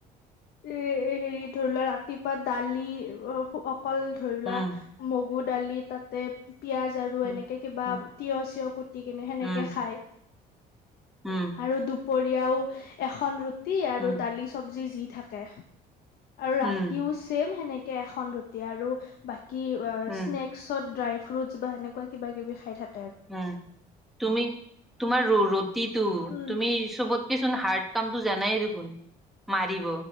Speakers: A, on the left (about 70°); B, in the centre.
A: এ হেৰি ধৰি লোৱা ৰাতিপুৱা দালি অ অকল ধৰি
B: উম,
A: লোৱা মগু দালি তাতে পিয়াজ আৰু
B: উম,
A: এনেকে
B: উম।
A: কিবা তিয় চিয়ৰ কুটি কিনে সেনেকে
B: উম,
A: খায়।
B: উম।
A: আৰু দুপৰীয়াও এখন ৰুটি আৰু
B: উম,
A: দালি চবজি যি থাকে। আৰু
B: উম,
A: ৰাতিও ছেম সেনেকে এখন ৰুটি আৰু বাকী
B: উম,
A: স্নেক্ ছত ড্ৰাই ফ্ৰুটছ বা সেনেকুৱা কিবা কিবি খাই থাক-
B: উম তুমি তোমাৰ ৰুটিটো
A: উম
B: তুমি চবতকে চোন হাৰ- কামতো জানাই দেখোন মাৰিব।